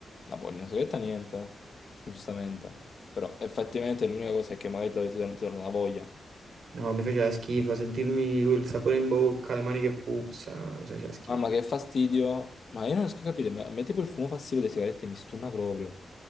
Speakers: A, on the left; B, on the right.
A: La pollina segreta niente, giustamente. Però effettivamente l'unica cosa è che magari ti, ti- ti torna la voglia.
B: No, mi faceva schifo, sentirmi quel sapore in bocca, le mani che puzzano, mi faceva schifo.
A: Mamma che fastidio. Ma io non riesco a capire, ma- a me tipo il fumo passivo delle sigarette mi stunna proprio.